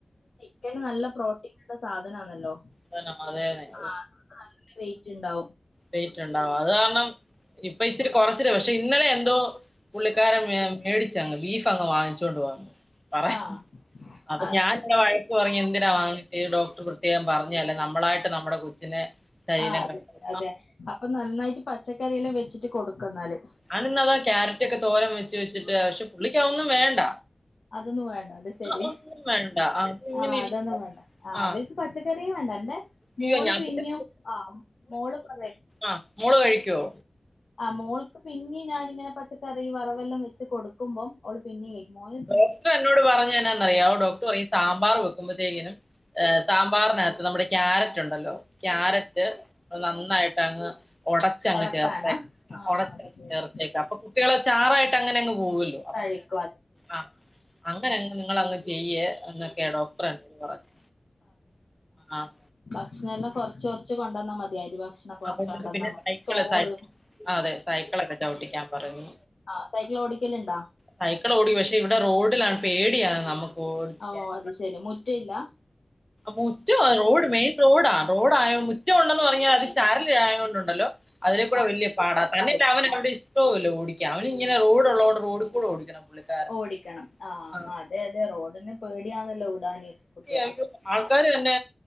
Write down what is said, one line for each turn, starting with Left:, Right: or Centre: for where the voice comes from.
Left: ചിക്കൻ നല്ല പ്രോട്ടീന്ള്ള സാധനാണല്ലോ
Centre: അതന്നെ അതേന്നെ
Left: ആഹ് അത് നല്ല വെയ്റ്റ് ഇണ്ടാവും
Centre: വെയിറ്റുണ്ടാവും അത് കാരണം ഇപ്പ ഇച്ചിരി കൊറച്ചിണ് പക്ഷെ ഇന്നലെ എന്തോ പുള്ളിക്കാരൻ മെ മേടിച്ചങ് ബീഫങ്ങ് വാങ്ങിച്ചോണ്ട് വന്ന് പറയ
Left: ആഹ്
Centre: അപ്പൊ
Left: ആഹ്
Centre: ഞാൻ ഇവടെ വയ വയക്ക് പറഞ്ഞു എന്തിനാ വാങ്ങിച്ചെ ച ഡോക്റ്റർ പ്രത്യോകം പറഞ്ഞതല്ലേ നമ്മളായിട്ട് നമ്മുടെ കൊച്ചിനെ ശരീരം
Left: ആഹ് അതെ
Centre: കണ്ടു
Left: അതെ അപ്പൊ നന്നായിട്ട് പച്ചക്കറിയെല്ലാം വെച്ചിട്ട് കൊടുക്കെന്നാല്
Centre: ഞാന് ഇന്നതാ ക്യാരറ്റ് ഒക്കെ തോരം വെച്ച് വെച്ചിട്ട് പക്ഷെ പുള്ളിക്ക് അതൊന്നും വേണ്ട
Left: അതൊന്നും വേണ്ട അത് ശെരി
Centre: ആ ഒന്നും വേണ്ട ആ അത് ഇങ്ങനെ
Left: ആഹ്
Centre: ഇരിക്ക
Left: അതൊന്നും വേണ്ട ആഹ്
Centre: ആ
Left: പച്ചക്കറിയെ വേണ്ട എന്റെ
Centre: അയ്യോ
Left: മോള്
Centre: ഞാൻ
Left: പിന്നിയും
Centre: പിന്നെ
Left: ആ മോള് പറയും
Centre: ആഹ് മോള് കഴിക്കുവോ?
Left: ആഹ് മോൾക്ക് പിന്നെയും ഞാനിങ്ങനെ പച്ചക്കറി വറവെല്ലാം വെച്ച് കൊടുക്കുമ്പം ഓള് പിന്നെയും കഴിക്കും മോന് തീ
Centre: ഡോക്ടർ എന്നോട് പറഞ്ഞ എന്നാന്ന് അറിയാവോ ഡോക്ടർ പറയു സാമ്പാർ വെക്കുമ്പഴത്തേക്കിനും ഏഹ് സാമ്പാറിനകത്ത് നമ്മുടെ ക്യാരറ്റ് ഉണ്ടല്ലോ? ക്യാരറ്റ് നന്നായിട്ടങ്ങ് ഒടച്ചങ്ങ്
Left: ഒടക്കാനാ
Centre: ചേർത്തേക്ക്
Left: ആഹ്
Centre: ഒടച്ചങ്ങ്
Left: അത് ശരി
Centre: ചേർത്തേക്കാ അപ്പൊ കുട്ടികളെ ചാറായിട്ട് അങ്ങനെ അങ്ങ് പോകുവല്ലോ
Left: കഴിക്കും അ
Centre: ആഹ് അങ്ങനങ്ങ് നിങ്ങളങ്ങ് ചെ ചെയ്യ എന്നൊക്കെ ഡോക്റ്റർ എന്നോട് പറഞ്ഞെ ആഹ്
Left: ഭക്ഷണവെല്ലാം കൊറച്ച് കൊറച്ച് കൊണ്ട് വന്നാ മതി അരി ഭക്ഷണം കൊറച്ച്
Centre: അതുകൊണ്ട്
Left: കൊണ്ടന്നാ
Centre: പിന്നെ
Left: മതി
Centre: സൈക്കിള്
Left: ചോറ്
Centre: സൈക്കിൾ അതെ സൈക്കിളൊക്കെ ചവിട്ടിക്കാൻ പറഞ്ഞു
Left: ആഹ് സൈക്കിൾ ഓടിക്കലുണ്ടോ?
Centre: സൈക്കിൾ ഓടിക്കും പക്ഷെ ഇവിടെ റോഡിലാണ് പേടിയാണ് നമുക്ക് ഓടിപ്പിക്കാൻ
Left: ഓഹ് അത് ശരി മുറ്റയില്ല?
Centre: മുറ്റം റോഡ് മെയിൻ റോഡാ റോഡായ മുറ്റം ഒണ്ടെന്ന് പറഞ്ഞാലും അത് ചരല് ആയോണ്ട് ഉണ്ടല്ലോ അതിലെ ക്കൂടെ
Left: ആഹ്
Centre: വലിയ പാടാ തന്നെയല്ല അവനവിടെ ഇഷ്ടവുവല്ല ഓടിക്കൻ അവനിങ്ങനെ റോഡ് ഉള്ളോണ്ട് റോഡി കൂടെ ഓടിക്കണം പുള്ളിക്കാരന്
Left: ഓടിക്കണം ആഹ്
Centre: ആ.
Left: അതെ അതെ റോഡിനെ പേടിയാന്നല്ലോ വിടാന് കുട്ടികളെ
Centre: അയ്യോ! ആൾക്കാര് തന്നെ